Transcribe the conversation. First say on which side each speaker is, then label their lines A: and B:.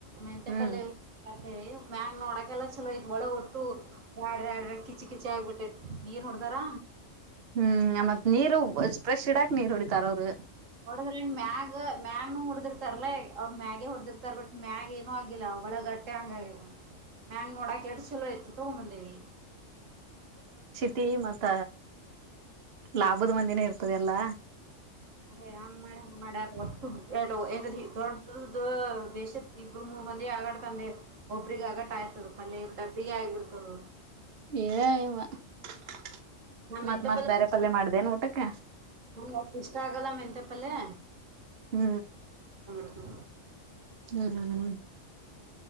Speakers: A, on the right; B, on the right.
A: ಮೆಂತೆೆ
B: ಹ್ಮ್
A: ಪಲ್ೆ ಮ ಮ್ಯಾಗ್ ನೋಡಕೆಲ್ಲ ಚಲೋ ಐತ್ ಒಳ ಒಟ್ಟು್ಯಾಡಡ ಕಿಚಿ ಕಿಚ ಆಗಿಬಿಟ್ಟೈತ್ ನೀರ್ ನೋಡ್ತಾರ
B: ಹ್ಮ್ ಮತ್ ನೀರು ಫ್ರೆಶ್ ಇಡಾಕ್ ನೀರ್ ಹೊಡಿತಾರ ಅವರು
A: ಹೊಡದ್ರ ಮ್ಯಾಗ್ ಮ್ಯಾಗ್ನು ಹೊಡ್ದಿರ್ತಾರಲ್ಲೇ ಅವ್ರ ಮ್ಯಾಗೆ ಹೊಡ್ದಿರ್ತಾರ ಬಟ್ ಮ್ಯಾಗ್ ಏನು ಆಗಿಲ್ಲ ಅವ ಒಳಗಟ್ಟೆ ಹಂಗ ಆಗದ ಮ್ಯಾಲ್ ನೋಡಾಕ ಎಡ ಚಲೋ ಇತ್ತು ತಗೊಂಬಂದೇವಿ
B: ತಿ ಮತ್ತ ಲಾಭದ ಮಂದಿನ ಇರ್ತದೆಲ್ಲಾ
A: ಅದೇ ಹಂಗ ಮಾಡ್ಯಾರ ಹಂಗ ಮಾಡ್ಯಾರ ಒಟ್ಟುದು ಎ ದೊಡ್ಡದು ಬೇಶನ ಇಬ್ಬರು ಮೂರಮಂದಿ ಆಗಾತಂದೆ ಒಬ್ಬರಿಗೆ ಆಗಾಟ ಆತ ತದ ಪಲ್ಯ ಇವರ ಡಬ್ಬಿಗೆ ಆಗ್ ಬಿಡ್ತದ
B: ಎ ಯವ್ವಾ ಟಕ್ ಟಕ್
A: ನಾ ಮೆಂತೆ
B: ಮತ್ತ್ ಮತ್ತ್
A: ಪಲ್ಯ
B: ಬೇರೆ ಪಲ್ಲೆ ಮಾಡಿದೆನ ಊಟಕ್ಕ
A: ನಂಗ್ ಅಷ್ಟ್ ಇಷ್ಟ ಆಗಲ್ಲ ಮೆಂತೆ ಪಲ್ಲೆ
B: ಹು
A: ಮಾಡ ಪಾ
B: ಹು ಹು ಹು